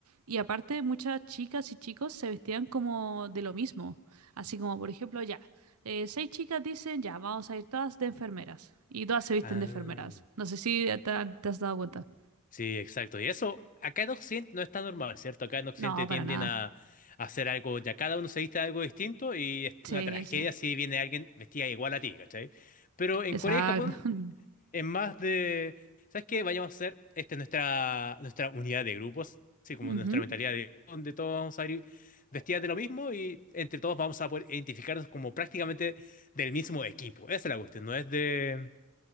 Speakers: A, on the right; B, on the left.
A: Y aparte, muchas chicas y chicos se vestían como de lo mismo. Así como, por ejemplo, ya eh, seis chicas dicen, ya, vamos a ir todas de enfermeras. Y todas se visten
B: Ah,
A: de enfermeras. No sé si te, te has dado cuenta.
B: sí, exacto. Y eso acá en Occidente no está normal, ¿cierto? Acá en Occidente
A: No,
B: tienden
A: para nada.
B: a, a hacer algo, ya cada uno se viste de algo distinto y es
A: Sí,
B: una tragedia
A: sí.
B: si viene alguien vestida igual a ti, ¿cachai? Pero en
A: Exacto.
B: Corea y Japón
A: <laughs>
B: Es más de, ¿sabes qué? Vayamos a hacer, esta es nuestra, nuestra unidad de grupos, así como
A: Ujú.
B: nuestra mentalidad de donde todos vamos a ir vestidas de lo mismo y entre todos vamos a poder identificarnos como prácticamente del mismo equipo. Esa es la cuestión, no es de,